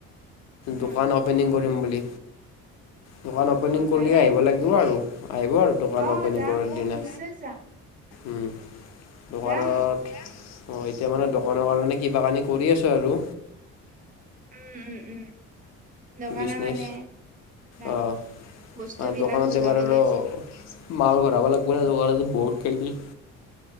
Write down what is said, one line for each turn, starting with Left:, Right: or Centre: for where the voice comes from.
Right: উম,
Left: দোকান অপেনিং কৰিম বুলি। দোকান অপেনিং
Right: অ',
Left: কৰিলে
Right: ভালে।
Left: আহিব লাগ লাগিব আৰু আহিব আৰু, দোকান
Right: অ',
Left: অপেনিং
Right: যাম
Left: কৰাৰ
Right: যাম
Left: দিনা।
Right: নিশ্চয় যাম
Left: উম দোকানত
Right: যাম
Left: অ এতিয়া মানে দোকানৰ কাৰণে কিবা কানি কৰি আছোঁ আৰু।
Right: ওম- ওম- ওম। দোকানৰ
Left: বিজনেছ
Right: মানে, বিলাক
Left: অ
Right: বস্তু
Left: আৰু
Right: বিলাক
Left: দোকানত
Right: যোগাৰ
Left: এবাৰ আৰু
Right: কৰি আছে।
Left: মাল ভৰাব লাগিব <unintelligible> বহত খেলবি।